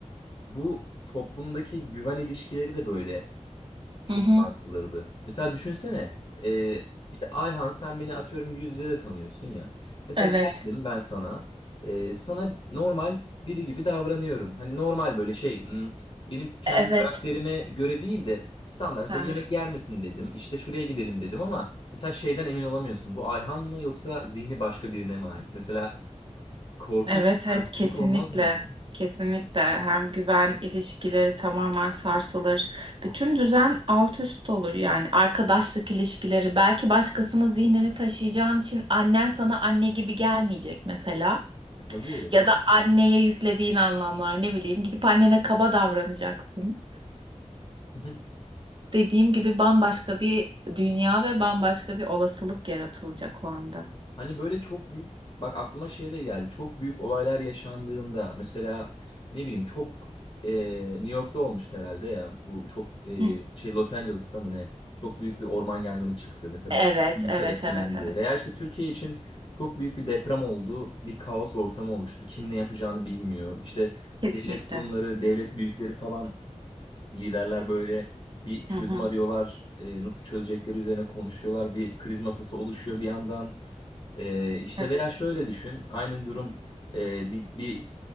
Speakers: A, on the left; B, on the right.
A: bu toplumdaki güven ilişkileri de böyle çok
B: Hı hı.
A: sarsılırdı. Mesela düşünsene e, işte Ayhan sen beni atıyorum yüz yüze de tanıyorsun ya. Mesela
B: Evet,
A: geldim ben sana e, sana normal biri gibi davranıyorum. Hani normal böyle şey hmm, benim kendi
B: evet.
A: karakterime göre değil de standart. Mesela
B: Hı hı.
A: yemek yer misin dedim işte şuraya gidelim dedim ama mesela şeyden emin olamıyorsun. Bu Ayhan mı yoksa zihni başka birine mi ait? Mesela korkunç
B: Evet,
A: bir
B: evet
A: bensizlik
B: kesinlikle.
A: olmaz mıydı?
B: Kesinlikle hem güven ilişkileri tamamen sarsılır. Bütün düzen alt üst olur yani arkadaşlık ilişkileri. Belki başkasının zihnini taşıyacağın için annen sana anne gibi gelmeyecek mesela.
A: E, tabii.
B: Ya da anneye yüklediğin anlamlar ne bileyim gidip annene kaba davranacaksın.
A: <laughs>
B: Dediğim gibi bambaşka bir dünya ve bambaşka bir olasılık yaratılacak o anda.
A: Hani böyle çok büyük bak aklıma şey de geldi. Çok büyük olaylar yaşandığında mesela ne bileyim çok e, New York'ta olmuştu herhalde ya. Bu çok e,
B: Hı.
A: şey Los Angeles'ta mı ne? Çok büyük bir orman yangını çıktı. Mesela
B: Evet,
A: bütün ülke
B: evet,
A: etkilendi.
B: evet, evet.
A: Veya işte Türkiye için çok büyük bir deprem oldu. Bir kaos ortamı oluştu. Kim ne yapacağını bilmiyor. İşte
B: Kesinlikle.
A: devlet kurumları, devlet büyükleri falan liderler böyle bir çözüm
B: Hı hı.
A: arıyorlar. E, nasıl çözecekleri üzerine konuşuyorlar. Bir kriz masası oluşuyor bir yandan. Ee, işte
B: Evet.
A: veya şöyle düşün, aynı durum e, bir, bir